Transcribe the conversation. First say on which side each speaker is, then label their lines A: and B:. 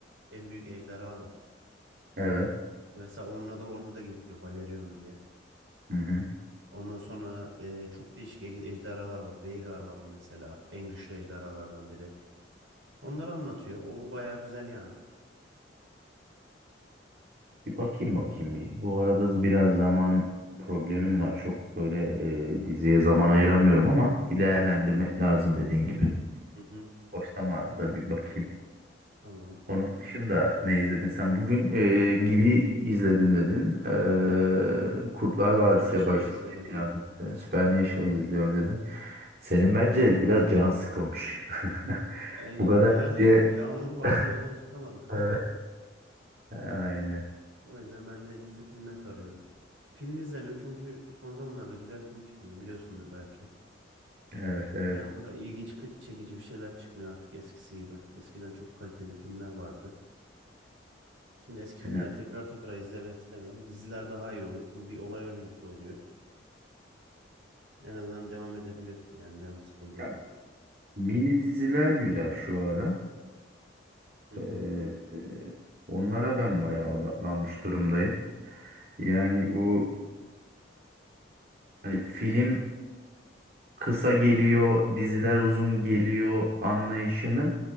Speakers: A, on the right; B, on the right.
A: en büyük ejderha var.
B: Evet.
A: Mesela onunla da orada da geçiyor Balerion diye.
B: Hı hı.
A: Ondan sonra e, çok değişik ej- ejderhalar var. Vhagar var mesela. En güçlü ejderhalardan biri. Onları anlatıyor. O baya güzel yani.
B: Bir bakayım bakayım bir. Bu arada biraz zaman problemim var. Çok böyle eee, diziye zaman ayıramıyorum ama bir değerlendirmek lazım dediğin gibi.
A: Hı hı,
B: Boş zamanında bir bakayım.
A: tamam.
B: Onun dışında ne izledin sen? Bugün e, gibi izledin dedin. E, Kurtlar Vadisi'ye
A: Ben aşırı
B: başlamayı
A: izledim.
B: planladın. Supernatural'ı izliyorum dedin. Senin bence biraz canın sıkılmış. <laughs>
A: E,
B: Bu kadar
A: yani
B: diye.
A: yağmur vardı
B: <laughs>
A: evden çıkamadım.
B: Evet.
A: <laughs>
B: Aynen.
A: O yüzden ben de dizi filme sarıyorum. Film izlemiyorum çünkü son zamanlarda güzel film çıkmıyor biliyorsundur belki.
B: Evet, evet.
A: Yani o kadar ilgi çıkı- çekici bir şeyler çıkmıyor artık eskisi gibi. Eskiden çok kaliteli filmler vardı. Şimdi eski filmleri
B: Aynen.
A: tekrar tekrar izlemek istemiyorum. Diziler daha iyi oluyor çünkü bir olay örgüsü oluyor. En azından devam edebiliyorsun yani canın sıkıldığında.
B: Ya, mini diziler güzel şu ara.
A: Hı hı.
B: E, e, onlara ben bayağı odaklanmış durumdayım. Yani bu hani film kısa geliyor, diziler uzun geliyor anlayışını